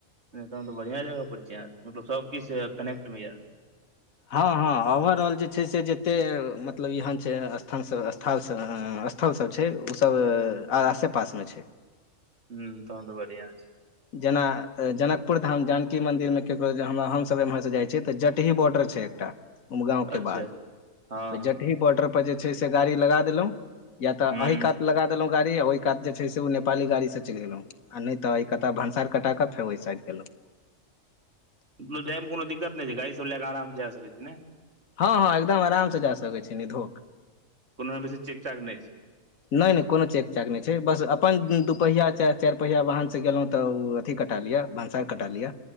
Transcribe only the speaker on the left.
हँ हँ ओवर रहल छैय। छै से जते मतलब एहन छै स्थल सब स् स्थल सब छै उसब आओर आसे पासमे छैय।
जेना जनकपुर धाम जानकी मन्दिरमे ककरो हमसभ एम्हरसँ जाइ छियै तऽ जटही बॉर्डर छै। तऽ उमगाँंव के
बाद
जटही बॉर्डर पर जे छै से गाड़ी लगा देलहुं या तऽ
एहि कात। लगा देलो गाड़ी आ ओहि कात जे छै ओ नेपाली गाड़ी से चल गेलहुं नहि तऽ क भनसार कटा क। फेरो ओहिइड गेलेलो।
हँ हँ एकदम आराम से जा सकैत छी निधोक।
नहि नहि कोनो चेक चाक नहि छै बस अपन दूपहिया चारि पहिया वाहनसँ गेलहुँ तऽ ओ अथी कटा लिअ। भंसार कटा लिय